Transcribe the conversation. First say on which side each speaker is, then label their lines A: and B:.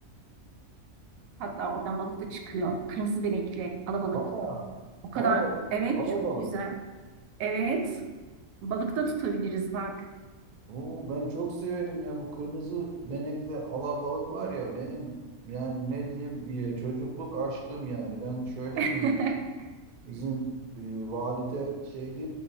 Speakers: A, on the right; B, on the right.
A: Hatta oradan balık da çıkıyor. Kırmızı benekli, alabalık.
B: Aa,
A: O kadar
B: alabalık.
A: evet
B: Alabalık.
A: çok güzel. Evet. Balık da tutabiliriz bak.
B: Oo, ben çok severim ya bu kırmızı benekli alabalık var ya benim yani ne diyeyim e, çocukluk aşkım yani ben şöyle
A: <laughs>
B: diyeyim bizim e, valide şeydi